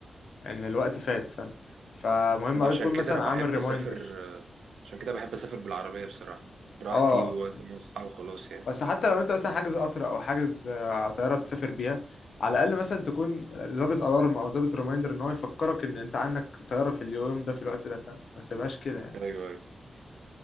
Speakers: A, on the left (about 65°); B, on the right (about 80°).
A: ان الوقت فات فاهم فمهم قوي
B: عشان
A: تكون
B: كده
A: مثلا
B: أنا بحب
A: عامل ريمايندر
B: أسافر آه، عشان كده بحب أسافر بالعربية بصراحة براحتي
A: اه
B: ووقت ما أصحى وخلاص يعني
A: بس حتى لو انت مثلا حاجز قطر او حاجز آه، طياره بتسافر بيها على الاقل مثلا تكون ظابط الارم او ظابط ريمايندر ان هو يفكرك ان انت عندك طياره في اليوم ده في الوقت ده فاهم ما تسيبهاش كده يعني
B: أيوه أيوه